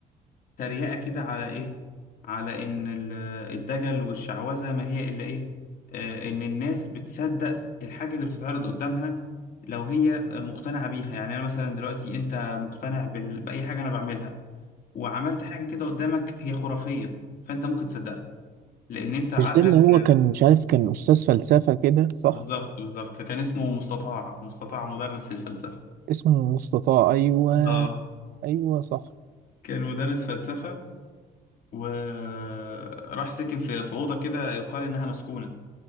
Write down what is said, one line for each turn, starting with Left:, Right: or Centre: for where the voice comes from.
Left: تريقة كده على إيه؟ على إن ال- الدجل والشعوذة ما هي إلا إيه؟ آه، إن الناس بتصدق الحاجة اللي بتتعرض قدامها لو هي مقتنعة بيها يعني أنا مثلا دلوقتي أنت مقتنع بال... بأي حاجة أنا بعملها وعملت حاجة كده قدامك هي خرافية فأنت ممكن تصدقها لأن أنت عقلك
Right: مش ده اللي هو
Left: آه،
Right: كان مش عارف كان استاذ فلسفة كده صح
Left: بالظبط بالظبط كان اسمه مستطاع مستطاع مدرس الفلسفة
Right: اسمه مستطاع ايوه
Left: <laughs> آه
Right: ايوه صح
Left: كان مدرس فلسفة وراح ساكن في في أوضة كده يقال إنها مسكونة